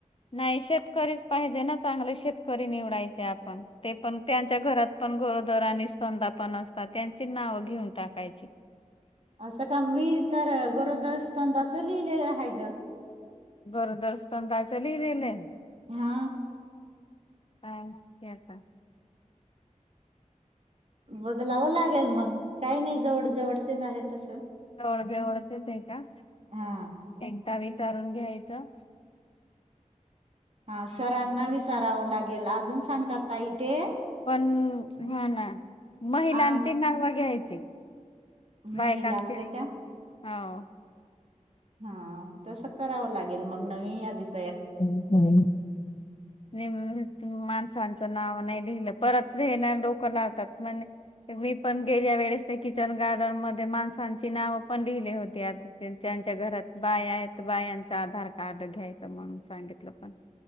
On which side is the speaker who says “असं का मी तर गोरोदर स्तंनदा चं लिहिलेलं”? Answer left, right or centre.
Right